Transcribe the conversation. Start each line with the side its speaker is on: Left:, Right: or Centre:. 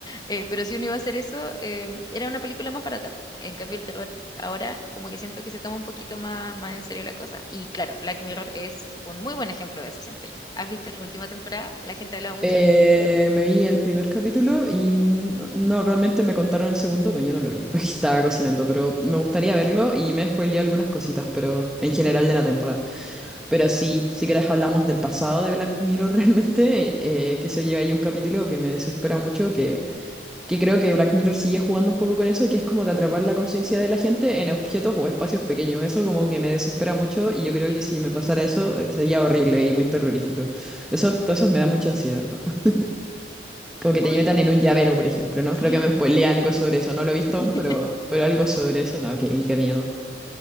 Left: Eh, pero si uno iba a hacer eso, em, era una película más barata, pues. En cambio, el terror ahora como que siento que se toma un poquito más, más en serio la cosa. Y claro, Black Mirror es un muy buen ejemplo de eso, siento yo. ¿Has visto la última temporada? La gente hablaba mucho
Centre: Eh,
Left: de ella.
Centre: me vi el primer capítulo y mm, no, realmente me contaron el segundo, pero yo no lo vi, <laughs> porque estaba cocinando, pero me gustaría verlo y me spoileé algunas cositas, pero en general de la temporada. Pero sí, si querés hablamos del pasado de Black Mirror <laughs> realmente, eh, que se lleva ahí un capítulo que me desespera mucho, que
Left: Ujú.
Centre: Que creo que Black Mirror sigue jugando un poco con eso, que es como de atrapar la conciencia de la gente en objetos o espacios pequeños. Eso como que me desespera mucho y yo creo
Left: Sí.
Centre: que si me pasara eso eh, sería horrible y muy terrorífico. Eso, todo eso me da mucha ansiedad, ¿no? Como que
Left: Hoy,
Centre: te metan en un llavero, por ejemplo,
Left: sí.
Centre: ¿no? Creo que me spoileé algo sobre eso. No lo he visto
Left: <laughs>
Centre: aún, pero, pero algo sobre eso, no, que, y qué miedo.